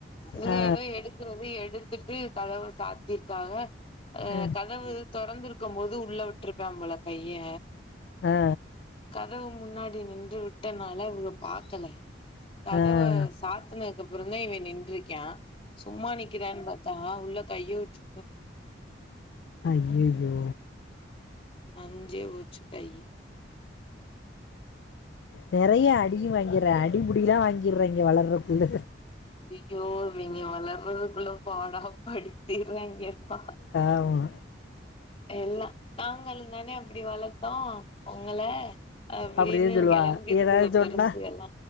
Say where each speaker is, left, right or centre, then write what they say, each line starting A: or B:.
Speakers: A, on the left; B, on the left.
A: இங்க
B: ஆ
A: எதோ எடுக்கறது எடு கிட்டு கதவ சாத்திருக்காக அ
B: ஆ
A: கதவு தொறந்துரு ருக்கும்போது உள்ள விட்ருப்பாய்ம்போல கைய
B: ஆ
A: கதவு முன்னாடி நி இவ விட்டனால இவக பாக் கலே கதவ
B: ஆ ஆ
A: சாத்துனக்கப்புறந்தா இவே நின்றுக்கா சும்மா நிக்கிறானு பாத்தா உள்ள கைய வச்சு
B: அய்யய்யோ
A: நஞ்சே போச்சு கையு
B: நெறையா அடியு வாங்கிர்ரா அடிபுடிலா வாங்கிர்ராங்க வளர்ரகு இல்ல
A: யோ இவங்கே வளர்துக்குள்ள பாடா அப் படுத்திறாங்கப்பா
B: ஆமா
A: எல்லா நாங்களும் தானே அப் அப்டி வளத்தோம் உங்கள அப்டின்னு
B: அப்டின் சொல்லுவாங்க
A: கெளம்பிருதுக
B: ஏதாது சொன்னா
A: பெருசுக எல்லா